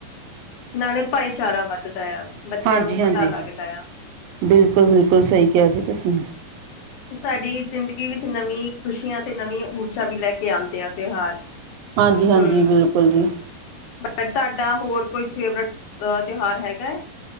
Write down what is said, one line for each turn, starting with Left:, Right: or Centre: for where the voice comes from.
Left: ਨਾਲੇ ਭਾਈਚਾਰਾ ਵੱਧਦਾ ਆ, ਬੱਚਿਆਂ
Right: ਹਾਂਜੀ
Left: ਨੂੰ ਪਤਾ
Right: ਹਾਂਜੀ
Left: ਲੱਗਦਾ ਆ।
Right: ਬਿਲਕੁਲ ਬਿਲਕੁਲ, ਸਹੀ ਕਿਹਾ ਜੀ ਤੁਸੀਂ।
Left: ਸਾਡੀ ਜ਼ਿੰਦਗੀ ਵਿੱਚ ਨਵੀਂ ਖੁਸ਼ੀਆਂ ਤੇ ਨਵੀਂ ਊਰਜਾ ਵੀ ਲੈ ਕੇ ਆਂਦੇ ਆ ਤਿਉਹਾਰ।
Right: ਹਾਂਜੀ, ਹਾਂਜੀ,
Left: ਹਮ
Right: ਬਿਲਕੁਲ ਜੀ।
Left: ਤੁਹਾਡਾ ਹੋਰ ਕੋਈ ਫੇਵਰੇਟ ਤਿਉਹਾਰ ਹੈਗਾ ਐ?